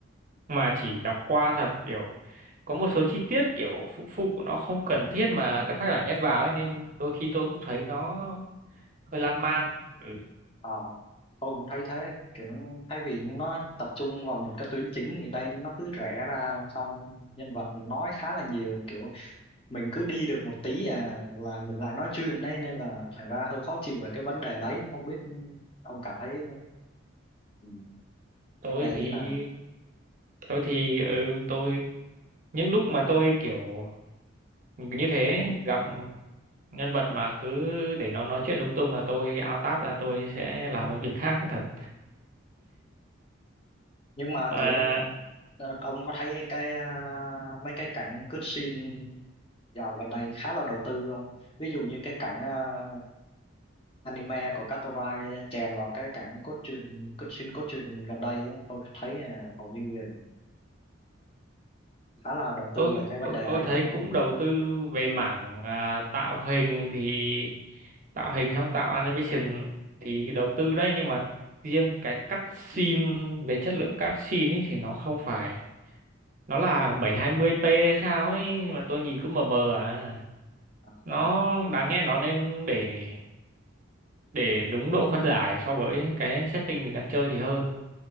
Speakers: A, on the right (about 40°); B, on the left (about 25°).
A: mà chỉ đọc qua thật kiểu có một số chi tiết kiểu phụ phụ của nó không cần thiết mà các tác giả nhét vào ấy nên đôi khi tôi cũng thấy nó hơi lan man. Ừ.
B: Ờ, tôi cũng thấy thế kiểu thay vì nó tập trung vào một cái tuyến chính thì đây nó cứ rẽ ra xong nhân vật nói khá là nhiều kiểu mình cứ đi được một tí à là mình lại nói chuyện đấy nên là thành ra hơi khó chịu về cái vấn đề đấy không biết ông cảm thấy ừ,
A: tôi
B: vấn đề
A: thì
B: như nào
A: tôi thì ừ, tôi những lúc mà tôi kiểu như thế gặp nhân vật mà cứ để nó nói chuyện lung tung là tôi out tab ra tôi sẽ làm cái việc khác thật
B: nhưng mà
A: mà
B: kiểu ờ, ông có thấy cái à, mấy cái cảnh cướp scene dạo gần đây khá là đầu tư không ví dụ như cái cảnh à, anime của Katorai chèn vào cái cảnh cốt truyện cốt xuyên cốt truyện gần đây á, tôi thấy à, hầu như là khá là đầu tư
A: tôi
B: về cái vấn
A: tôi
B: đề
A: tôi
B: đấy
A: thấy cũng đầu tư về mảng à, tạo hình thì tạo hình xong tạo animation thì đầu tư đấy nhưng mà riêng cái cắt scene về chất lượng cắt scene ý thì nó không phải nó là bảy hai mươi p hay sao ấy mà tôi nhìn cứ mờ mờ à
B: à,
A: nó
B: và,
A: đáng nghe nó nên để để đúng độ phân giải so với cái setting mình đang chơi thì hơn